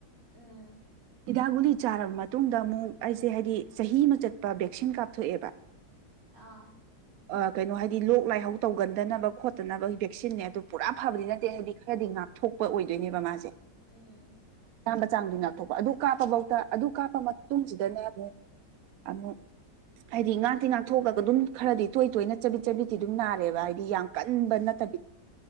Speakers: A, on the right; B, on the right.
A: ꯎꯝ
B: ꯍꯤꯗꯥꯛ ꯒꯨꯂꯤ ꯆꯥꯔꯕ ꯃꯇꯨꯡꯗ ꯑꯃꯨꯛ ꯑꯩꯁꯦ ꯍꯥꯏꯗꯤ ꯆꯍꯤ ꯑꯃ ꯆꯠꯄ ꯚꯦꯛꯁꯤꯟ ꯀꯥꯞꯊꯣꯛꯑꯦꯕ
A: ꯑꯥ
B: ꯑꯥ ꯀꯩꯅꯣ ꯍꯥꯏꯗꯤ ꯂꯣꯛ ꯂꯥꯏꯍꯧ ꯇꯧꯒꯟꯗꯅꯕ ꯈꯣꯠꯇꯅꯕ ꯚꯦꯛꯁꯤꯟꯅ ꯑꯗꯨ ꯄꯨꯔꯥ ꯐꯕꯗꯤ ꯅꯠꯇꯦ ꯍꯥꯏꯗꯤ ꯈꯔꯗꯤ ꯉ ꯉꯥꯛꯊꯣꯛꯄ ꯑꯣꯏꯗꯣꯏꯅꯦꯕ ꯃꯥꯁꯦ
A: ꯎꯝ
B: ꯃꯆꯥꯝꯗꯨ ꯅꯛꯊꯣꯛꯄ ꯑꯗꯨ ꯀꯥꯞꯄꯐꯧꯗ ꯑꯗꯨ ꯀꯥꯞꯄ ꯃꯇꯨꯡꯁꯤꯗꯅꯦ ꯑꯃꯨꯛ ꯑꯃꯨꯛ ꯍꯥꯏꯗꯤ ꯉꯥꯛꯇꯤ ꯉꯥꯛꯊꯣꯛꯂꯒ ꯑꯗꯨꯝ ꯈꯔꯗꯤ ꯇꯣꯏ ꯇꯣꯏꯅ ꯆꯕꯤꯠ ꯆꯕꯤꯠꯇꯤ ꯑꯗꯨꯝ ꯅꯥꯔꯦꯕ ꯍꯥꯏꯗꯤ ꯌꯥꯝ ꯀꯟꯕ
A: ꯎꯝ
B: ꯅꯠꯇꯕꯤ